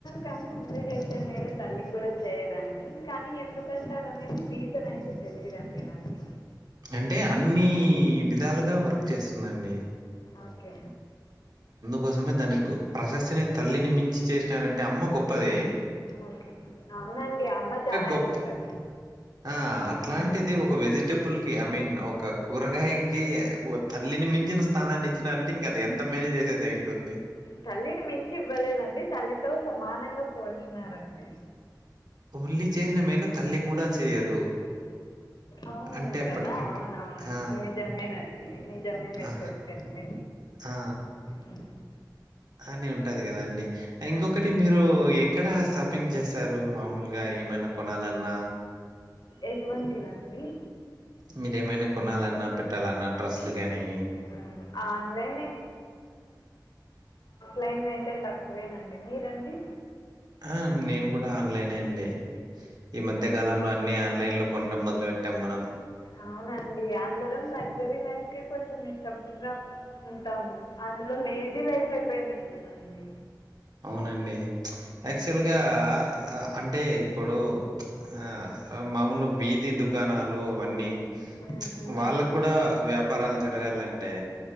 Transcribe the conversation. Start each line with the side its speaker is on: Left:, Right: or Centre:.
Left: కానీ ఉల్లి చేసే మేలు తల్లి కూడా చేయదని కానీ ఎందు కంటారనేది రీజన్ అయితే తెలిదండి నాకి
Right: అంటే అన్నిీ విధాలుగా వర్క్ చేస్తుందండి
Left: ఓకే
Right: కోసమే దానికి ప్రశస్తిని తల్లిని మించి చేసినారంటే అమ్మ గొప్పదే
Left: ఓకే అవునండి అమ్మ చానా
Right: గొప్ప
Left: గొప్పది
Right: ఆ అట్లాంటిది
Left: హ్మ్.
Right: ఒక వెజి టెబుల్ కి ఐ మీన్ ఒక కూరగాయకి తల్లిని మించిన స్థానాన్ని ఇచ్చినారంటే ఇంకా అది ఎంత మేలు చేసేది అయ్యుంటుంది
Left: తల్లిని మించి ఇవ్వలేదండి తల్లితో సమానంగా పోల్చినారండి
Right: ఉల్లి చేసిన మేలు తల్లి కూడా చేయదు.
Left: అవునేమో
Right: అంటే అప్పటికి
Left: కదా అవును అవును
Right: ఆ!
Left: నిజమేనండి నిజమే మీరు
Right: ఆ!
Left: చెప్పింది
Right: ఆ
Left: హ్మ్.
Right: కానీ ఉంటాది కదా అండి ఇంకొకటి
Left: ఆ!
Right: మీరు. ఎక్కడ షాపింగ్ చేస్తారు మామూలుగా ఏమైనా కొనాలన్నా.
Left: ఎటువంటిది అండి
Right: మీరేమైనా కొనాలన్నా పెట్టాలన్నా డ్రస్సులు గానీ.
Left: మ్మ్. ఆన్లైన్ నేనైతే <inaudible> అయితే తక్కువేనండి మీరండి.
Right: ఆ నేను కూడా ఆన్లైనే అండి. ఈ మధ్య కాలంలో అన్ని ఆన్లైన్ లో కొనడం మొదలు పెట్టాం మనం.
Left: అవునండి అందరం లగ్జరీ లైఫ్ కే కొంచం. కొంచం ఇష్టంగా ఉంటాము అందులో లేజీ లైఫ్ అయిపోయిందండి మంది.
Right: అవునండి. యాక్చువల్ గా అంటే ఇప్పుడు ఆ. మామూలు వీధి దుకాణాలు అవన్నీ.
Left: ఉమ్, ఉమ్,
Right: వాళ్ళకు కూడా వ్యాపారాలు జరగాలంటే.